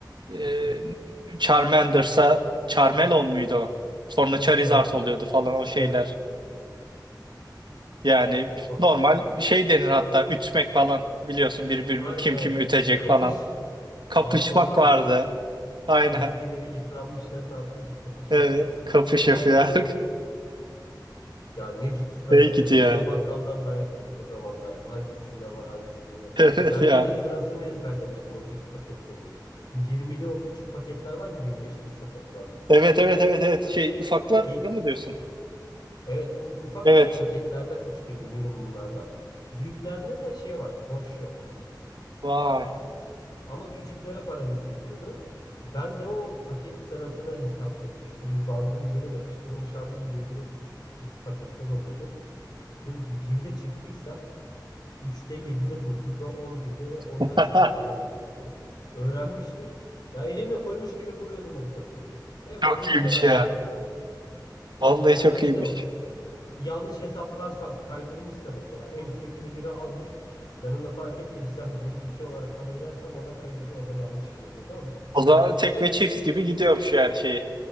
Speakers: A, on the right; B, on the left.
A: e,
B: hı hı.
A: Charmander'sa Charmelon muydu o? Sonra Charizard
B: Evet,
A: oluyordu falan o şeyler.
B: evet.
A: Yani
B: Vallahi,
A: normal şey denir hatta ütmek falan biliyorsun birbirini
B: aynen
A: kim
B: aynen.
A: kimi ütecek
B: Kapış
A: falan. Kapışmak
B: balkondan atıyorduk.
A: vardı. Aynen.
B: Eskileri yıpranmışlarını atıyorduk, kapış
A: Evet,
B: yapıyorduk filan.
A: kapış yapıyor.
B: Oo.
A: <laughs>
B: Ya ne cips karıştırdım,
A: Hey git ya.
B: ne bakkaldan dayak yedik o zamanlar. Hangisinde var, hangisinde yok.
A: Evet
B: Ben
A: ya.
B: bir ara sırasını ezberlemiştim o cips paketlerini. 20'li o küçük paketler var, 25 kuruşa satılan cipsler.
A: Evet evet evet evet. Şey ufakları
B: İlk,
A: mı diyorsun?
B: evet, o ufak
A: Evet.
B: paketlerden çıkıyordu minimumlardan. Büyüklerinde de şey vardı, boş yok.
A: Vay.
B: Ama küçüklere paramız yetiyordu. Ben de o paket sırasını hesaplıyordum. Çünkü bir bandın üzerine yapıştırılmış halde 20'li küçük cips paketleri oluyordu. Diyordum ki bir de çıktıysa 3'te, 7'de, 9'da, 11'de ve 10'da
A: <laughs>
B: çıkıyor falan diyordum bunu. Öğrenmiştim. Ya elimle koymuş gibi buluyordum o tasoyu. En fazla
A: Çok iyiymiş
B: bir kere hata
A: ya.
B: yapıyordum.
A: Vallahi
B: Ya
A: çok
B: da işte
A: iyiymiş.
B: yanlış hesaplarsam, kaydırmışsa mesela en üsttekini biri almış. Ben onu fark etmemişsem 1'i 2 olarak kabul edersem orada kayıyordu, orada yanlışım oluyordu ama
A: O zaman tek
B: en
A: ve
B: kötü
A: çift gibi gidiyormuş yani şeyi.